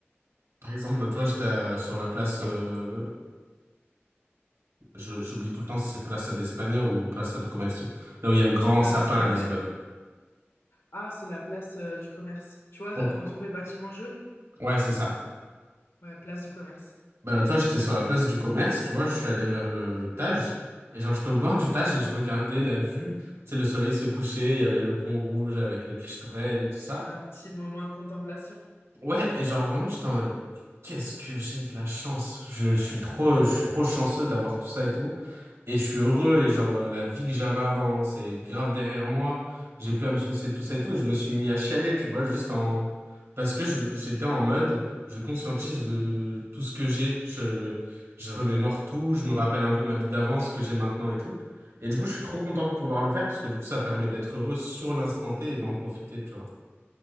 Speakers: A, on the right (about 80°); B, on the left (about 80°).
A: par exemple, l'autre fois, j'étais euh, sur la place. euh, je- j'oublie tout le temps si c'est Plaza d'Espagne ou Plaza de Comercio. Là où il y a le grand
B: Alors,
A: sapin
B: c'est laquelle?
A: à Lisbonne.
B: Ah, c'est la place euh, du commerce. Tu vois,
A: Ok.
B: euh, entourée bâtiments jaunes?
A: Ouais, c'est ça.
B: Ouais, place du commerce.
A: Bah, l'autre fois, j'étais sur la place du commerce, tu vois, je suis allé vers le Tage. Et genre, j'étais au bord du Tage et je regardais la vue. Tu sais, le soleil se couchait, il y avait le pont rouge avec le Christ-Rey et tout ça.
B: Un petit moment de contemplation.
A: Ouais, et genre vraiment, j'étais en mode, mais qu'est-ce que j'ai de la chance. Je, je suis trop, je suis trop chanceux d'avoir tout ça et tout. Et je suis heureux et genre, euh, la vie que j'avais avant, c'est grave derrière moi. J'ai plus à me soucier de tout ça et tout. Et je me suis mis à chialer, tu vois, juste en, parce que je- j'étais en mode, je conscientise le- tout ce que j'ai. Je, je remémore tout, je me rappelle un peu ma vie d'avant, ce que j'ai maintenant et tout. Et du coup, je suis trop content de pouvoir le faire parce que du coup, ça permet d'être heureux sur l'instant T et d'en profiter, tu vois.